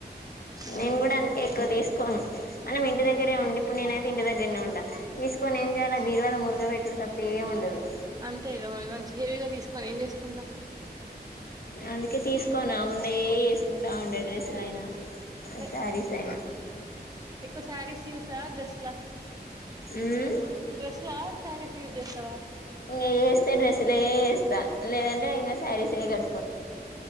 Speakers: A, on the right (about 20°); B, on the left (about 60°).
A: మ్మ్
B: నేను గుడ అంతే ఎక్కువ తీసుకోను మనం ఇంటి దగ్గరే ఉండి ఇప్పు నేనైతే ఇంటి దగ్గిర్నే ఉండా తీసుకొని ఏం చెయాల బీర్వాల మురగ బెట్ ఇప్పుడు తప్పేముండదు
A: అంతే ఇగ మరి మంచి హెవీగా తీసుకొని ఏం చేసుకుంటాం
B: అందుకే తీసుకోను అవున్నయే ఏసుకుంటాండే డ్రస్సులైనా
A: అంతే
B: ఆ శారీసైన
A: ఎక్కువ శారీస్ యూసా డ్రస్ లా
B: మ్మ్
A: డ్రస్ లా శారీస్ యూజ్ చేస్తావా?
B: నియేస్ తే డ్రస్లే ఏస్త లేదంటే ఇంగ శారీసే కడ్